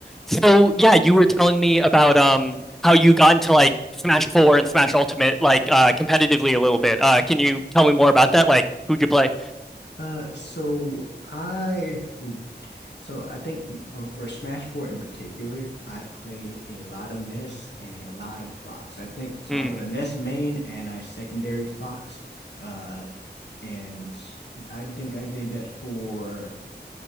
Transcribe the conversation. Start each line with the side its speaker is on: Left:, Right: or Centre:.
Centre: So yeah, you were telling me about um how you got into like Smash 4 and Smash Ultimate like uh competitively a little bit. Uh can you tell me more about that? Like who'd you play?
Left: Uh, so I, ooh, so I think uh, for Smash 4 in particular, I played a lot of Ness and a lot of Fox. I think so.
Centre: Hmm.
Left: I was a Ness main and I secondaried Fox. Uh, and I think I did that for.